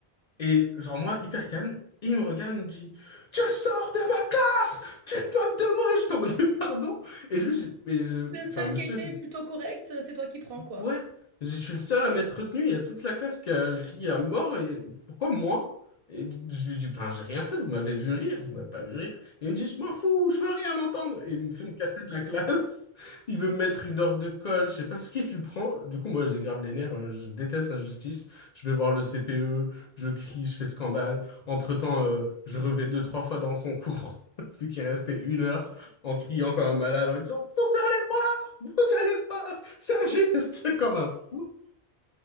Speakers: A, on the left; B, on the right.
A: Et, genre, moi, hyper calme. Et il me regarde, il me dit, Tu sors de ma classe! Tu te moques de moi! Je t'en mode, mais pardon. Et lui, je, mais je,
B: Le seul
A: enfin, monsieur,
B: qui était
A: je-
B: plutôt correct, euh, c'est toi qui prends, quoi.
A: Ouais, je suis le seul à m'être retenu. Il y a toute la classe qui a ri à mort. Et pourquoi moi? Et je lui dis, enfin, j'ai rien fait. Vous m'avez vu rire. Vous m'avez pas vu rire. Et il me dit, je m'en fous. Je veux rien entendre. Et il me fait me casser de la classe. <laughs> Il veut me mettre une heure de colle. Je sais pas ce qu'il lui prend. Du coup, moi, j'ai grave les nerfs. euh, Je déteste l'injustice. Je vais voir le CPE. Je crie. Je fais scandale. Entre-temps, euh, je revais deux, trois fois dans son cours. <laughs> Vu qu'il restait une heure en criant comme un malade en lui disant, vous allez voir! Vous allez voir! <laughs> C'est un geste comme un fou.